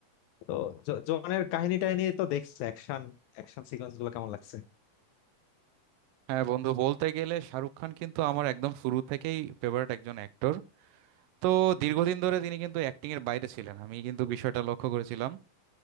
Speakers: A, on the left; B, on the right.
A: তো জ- জোয়ানের কাহিনীটাই নিয়ে তো দেখছে অ্যাকশন অ্যাকশন সিকোয়েন্স গুলো কেমন লাগছে
B: হ্যাঁ বন্ধু বলতে গেলে শাহরুখ খান কিন্তু আমার একদম শুরু থেকেই ফেভারিট একজন অ্যাক্টর তো দীর্ঘদিন ধরে তিনি কিন্তু অ্যাক্টিং এর বাইরে ছিলেন আমি কিন্তু বিষয়টা লক্ষ্য করেছিলাম